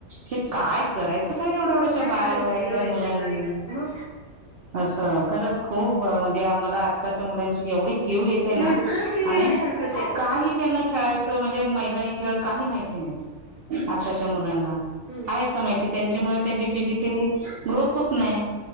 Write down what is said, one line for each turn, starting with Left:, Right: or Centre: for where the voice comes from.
Right: हे काय करायचं काय एवढ्या एवढ्याशा
Left: काय
Right: बालवायातल्या
Left: करायचं रे एवढ्याच्या
Right: मुलां
Left: मुलांना
Right: ने
Left: मग
Right: अस. खरच खूप म्हणजे आम्हाला आताच्या मुलाँची एवढी कीव येते
Left: किव
Right: ना
Left: खरंच किव
Right: आणि
Left: येण्यासारखंच आहे.
Right: काही त्यांना खेळायच म्हणजे मैदाणी खेळ काही माहिती नाहीत आताच्या मुलांना
Left: हम्म
Right: आहेत का माहिती? त्यांच्यामुळे त्यांची फिजिकली ग्रोथ होत नाही.